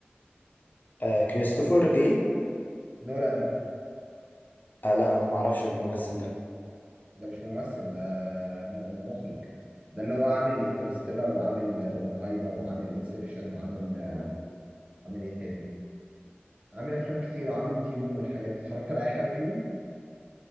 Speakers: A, on the left; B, on the right.
A: أه كريستوفر ايه
B: نولان
A: أه لا انا ما اعرفش الممثل ده
B: ده مش ممثل ده م- مخرج ده اللي هو عامل انترستيلر وعامل اوبنهايمر وعامل انسبشن وعامل عامل ايه تاني عامل افلام كتير وعامل ديون والحاجات دي اتفرجت على اي حاجه فيهم